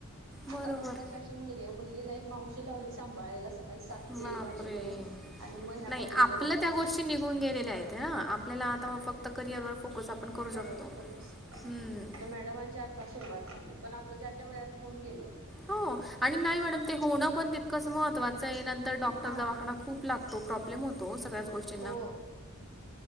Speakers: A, on the right (about 75°); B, in the centre.
A: आता
B: बरोबर.
A: दोन वर्षा मु मुलगीला एक मावशी लावली सांभाळायला काही सात
B: बापरे!
A: ते एक वाजेपर्यंत आणि मग ह्या
B: नाही
A: कॉलेज
B: आपलं
A: वर येतात.
B: त्या गोष्टी निघून गेले आपल्यालाता फक्त करियर व फोकस आपण करू
A: क
B: शकतो.
A: फोकस
B: हं.
A: तर मॅडमच्या आ. सुरुवात झाली पण आपलं ज्या त्या वयात होऊन गेलं
B: हो आणि नाही मॅडम ते होणं पण तितकंच महत्त्वाचं आहे नंतर डॉक्टर
A: हा
B: दवाखाना खूप लागतो. तो प्रॉब्लेम होतो सगळ्याच गोष्टी
A: हो